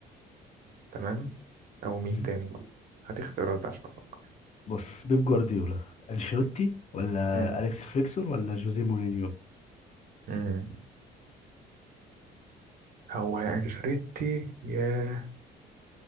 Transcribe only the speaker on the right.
تمام أو مين
تاني هتختارات بقى عشان أفكر
م-
م. هو يا أنشيلوتي يا